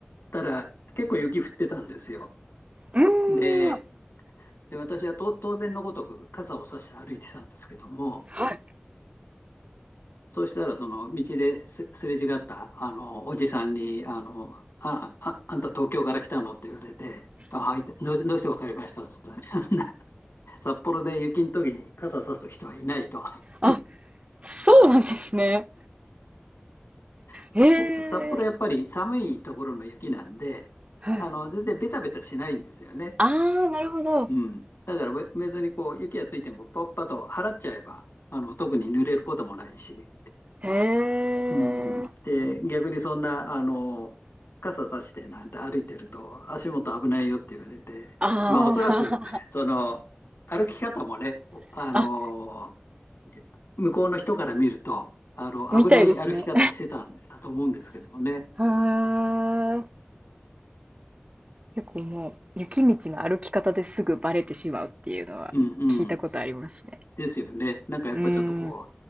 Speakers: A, on the left (about 70°); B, on the right (about 30°).
A: たら結構雪降ってたんですよ。
B: うーん。
A: で、で私はと当然のごとく傘を差して歩いてたんですけども、
B: はい。
A: そうしたらその道ですすれ違ったあのおじさんに、あの、あ、あ、あんた東京から来たのって言われて、あ、はい、どうし、どうして分かりましたっつったら、<laughs> 札幌で雪の時に傘差す人はいないと。<laughs>
B: あ、そうなんですね。
A: 札幌、
B: へえ。
A: 札幌やっぱり寒いところの雪なんで、
B: はい。
A: あの、全然ベタベタしないんですよね。
B: ああ、なるほど。
A: うん。だからべ別にこう、雪がついてもパッパッと払っちゃえば、あの、特に濡れることもないし。
B: へえ。
A: うん。で、逆にそんな、あの、傘さしてなんて歩いてると足元危ないよって言われて、
B: ああ、
A: まあおそらく、その、歩き方もね、あの、
B: <laughs> あ、
A: 向こうの人から見ると、あの、
B: みたいですね。
A: 危ない歩き方をしてたんだと思うんですけどもね。
B: はあ。結構もう雪道の歩き方ですぐバレてしまうっていうのは聞いたことありますね。
A: うんうん。ですよね。なんかやっぱちょっとこ
B: うーん、